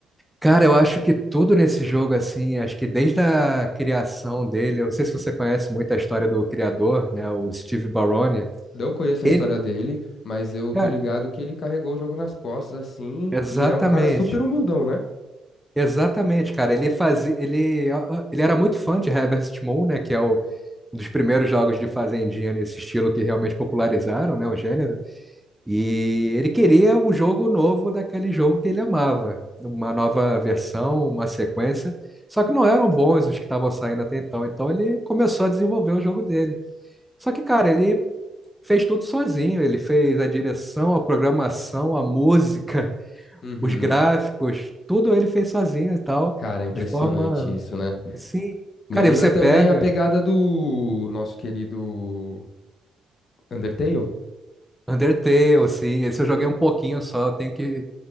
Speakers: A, in the centre; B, on the left.
A: Cara, eu acho que tudo nesse jogo, assim, acho que desde a criação dele, eu não sei se você conhece muito a história do criador, né, o Steve Barone.
B: Não conheço
A: Ele,
B: a história dele, mas eu
A: cara,
B: tô ligado que ele carregou o jogo nas costas, assim,
A: exatamente.
B: e é um cara super humildão, né?
A: Exatamente, cara. Ele fazia, ele, ele era muito fã de Harvest Moon, né, que é o- um dos primeiros jogos de fazendinha nesse estilo que realmente popularizaram, né, o gênero. E ele queria um jogo novo daquele jogo que ele amava, uma nova versão, uma sequência. Só que não eram bons os que estavam saindo até então. Então ele começou a desenvolver o jogo dele. Só que, cara, ele fez tudo sozinho. Ele fez a direção, a programação, a música, <laughs>
B: Uhum.
A: os gráficos, tudo ele fez sozinho e tal,
B: Cara, impressionante
A: de forma
B: isso, né?
A: assim.
B: Me
A: Cara,
B: lembra
A: e você
B: também
A: pega
B: a pegada do nosso querido Undertale.
A: Undertale, assim, esse eu joguei um pouquinho só, tenho que,